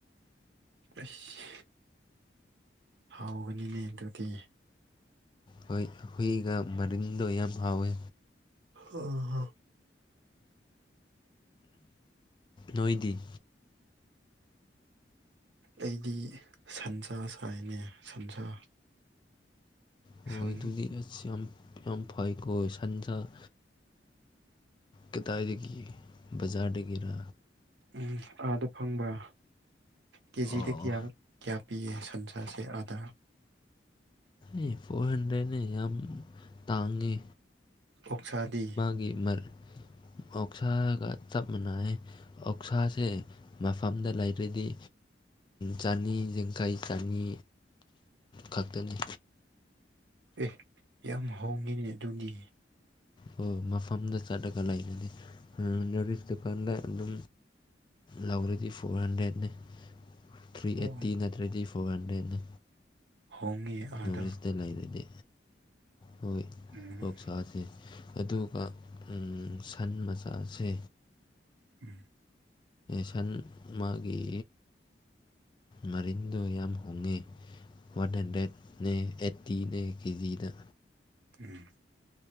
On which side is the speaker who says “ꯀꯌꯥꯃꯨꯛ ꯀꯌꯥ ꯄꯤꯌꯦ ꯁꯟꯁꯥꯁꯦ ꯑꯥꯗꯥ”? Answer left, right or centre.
Right